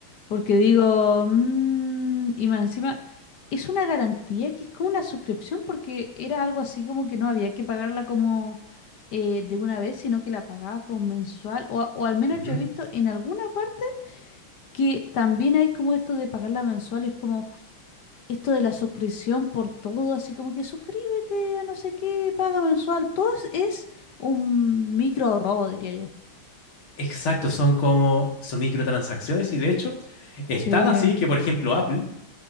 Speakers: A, on the left (about 60°); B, on the left (about 75°).
A: porque digo, mm, y más encima, es una garantía que es como una suscripción, porque era algo así como que no había que pagarla como eh, de una vez, sino que la pagabas como mensual, o, o al menos
B: Ujú.
A: yo he visto en alguna parte que también hay como esto de pagarla mensual, y es como esto de la suscripción por todo, así como que suscríbete a no sé qué, paga mensual, todo es, es un micro robo, diría yo.
B: Exacto, son como, son microtransacciones y de hecho, están
A: Sí,
B: así que, por ejemplo, Apple.